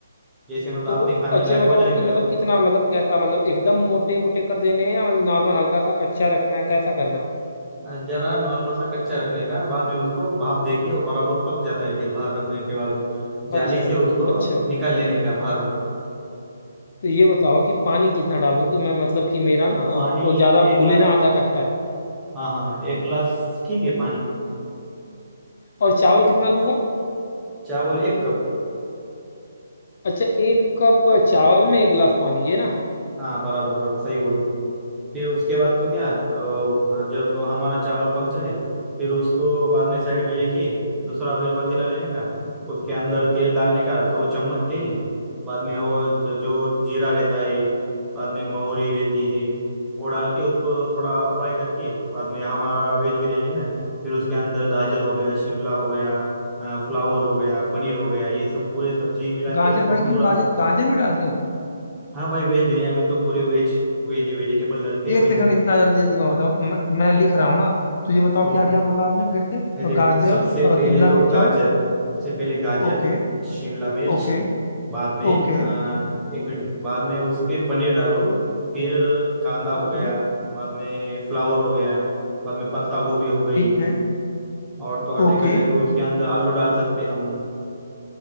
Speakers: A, in the centre; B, on the left.
A: जैसे मतलब
B: तो
A: आपने खाने
B: अच्छा
A: लायक
B: ये बताओ
A: हो जाएगा
B: कि मतलब
A: वो
B: कितना मतलब कैसा मतलब एकदम मोटे मोटे कर देने हैं या मतलब नॉर्मल हल्का सा कच्चा रखना है कैसा करना है
A: अ, जरा नॉर्मल सा कच्चा रखने का बाद में उसको भाप देके वो बराबर पक जाता है फिर बाहर रखने के बाद वो जाली
B: अच्छा
A: से उसको
B: अच्छा
A: निकाल लेने का बाहर वो
B: तो ये बताओ कि पानी कितना डालूं कि मैं मतलब कि मेरा ना अ,
A: अब पानी
B: वो ज्यादा
A: एक
B: फूले
A: गिलास
B: ना आधा कच्चा रहे
A: हाँ हाँ एक गिलास ठीक है पानी
B: और चावल कितना लूंगा
A: चावल एक कप
B: अच्छा एक कप चावल में एक गिलास पानी ये ना
A: हाँ बराबर बराबर सही बोलो फिर उसके बाद तो क्या अ, जब हमारा चावल पक जाए फिर उसको बाद में साइड में लेके दूसरा फिर पतीला लेने का उसके अंदर तेल डालने का तो चम्मच तेल बाद में वो जो जो जीरा रहता है बाद में महुरी रहती है वो डाल के उसको थोड़ा फ्राई करके बाद में हमारा वेज बिरयानी ना फिर उसके अंदर गाजर हो गया शिमला हो गया फ्लावर हो गया पनीर हो गया ये सब पूरे सब्जी मिला के
B: गाजर
A: उसको
B: भाई
A: पूरा
B: क्यों गाजर गाजर भी डालते हो तुम
A: हाँ भाई वेज बिरयानी में तो पूरे वेज वेज वेजिटेबल डलते हैं भाई
B: एक सेकंड इतना जल्दी जल्दी मैं बताओ मैं, मैं लिख रहा हूँ ना तो ये बताओ
A: ओ
B: क्या क्या बोला आपने फिर से
A: ये देखो
B: अ, गाजर
A: सबसे
B: अ,
A: पहले
B: शिमला
A: तो
B: मिर्च
A: गाजर
B: और
A: सबसे पहले गाजर
B: ओके
A: शिमला मिर्च
B: ओके
A: बाद में
B: ओके
A: आ, एक मिनट बाद में उसके पनीर डालो फिर कांदा
B: ओके
A: हो गया बाद में फ्लावर हो गया बाद में पत्ता गोभी हो गई
B: ठीक है
A: और तो और
B: ओके
A: देखा जाए तो उसके अंदर आलू डाल सकते हैं हम